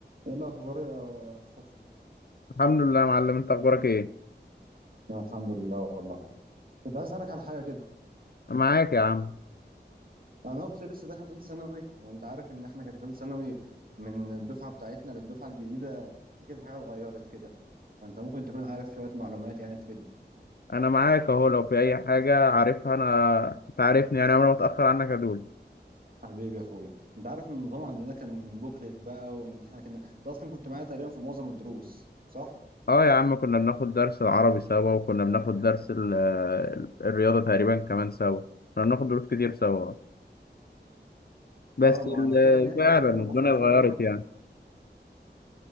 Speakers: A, on the right; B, on the left.
A: ايه الاخبار يا مصطفى
B: الحمد لله يا معلم انت اخبارك ايه
A: أنا الحمد لله والله كنت عايز اسالك على حاجه كده
B: أنا معاك يا عم
A: انا اختي لسه داخله ثالثه ثانوي وانت عارف ان احنا كانت ثالثه ثانوي من الدفعه بتاعتنا للدفعه الجديده في كده حاجه اتغيرت كده فانت ممكن تكون عارف شويه معلومات يعني تفيدنا
B: انا معاك اهو لو في اي حاجه عارفها انا انت عارفني يعني عمري ما اتاخر عنك يا دول
A: حبيبي يا اخويا انت عارف ان النظام عندنا كان بوكلت بقى وان احنا كنا انت اصلا كنت معايا تقريبا في معظم الدروس صح
B: اه يا عم كنا بناخد درس العربي سوا وكنا بناخد درس ال- ال- الرياضه تقريبا كمان سوا كنا بناخد دروس كتير سوا بس
A: اه ما
B: ال-
A: هو الفكره بقى ان هي دلوقتي
B: فعلا
A: علم
B: الدنيا
A: علوم اصلا مش
B: اتغيرت
A: علم رياضه
B: يعني